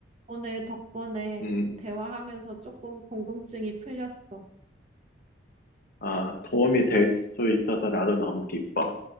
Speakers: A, on the right; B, on the left.
A: 오늘 덕분에
B: 음,
A: 대화하면서 조금 궁금증이 풀렸어.
B: 아, 도움이 될 수 있어서 나도 너무 기뻐.